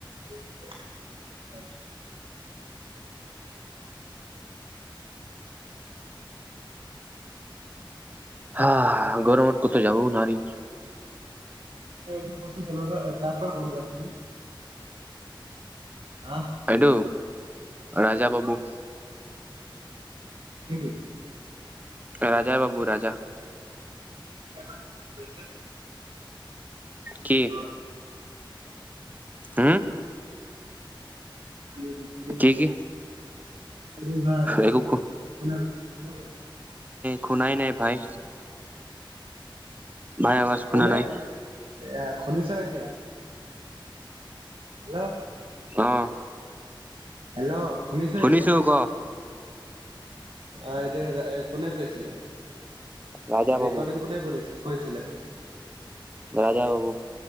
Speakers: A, on the right; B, on the right.
A: <unintelligible>
B: হা গৰমত কোতও যাবও নোৱাৰিম।
A: ত, এইটো বস্তু কেনেকুৱা কাৰ পৰা গ'ম পাইছিলি। হা
B: এইটো ৰাজা বাবু।
A: কি কৰিছিলি।
B: ৰাজা বাবু ৰাজা
A: <unintelligible> কি বুলি
B: কি
A: কয়।
B: হম।
A: <unintelligible> <unintelligible>
B: কি কি
A: যোৱা নাই কোনে
B: একো
A: কৈছে কোনে কৈয়ছে।
B: শুনাই নাই ভাই। ভাই আৱাজ শুনা
A: কোনে
B: নাই
A: এ শুনিছ এতিয়া। হেল্ল'
B: আহ।
A: হেল্ল' শুনিছ
B: শুনিছো
A: এতিয়া
B: ক
A: অহ, এইটো এটা কোনে কৈছিলে,
B: ৰাজা বাবু
A: ৰেকৰ্ডিং কোনে কৰিছিল? কৈছিলে?
B: ৰাজা বাবু।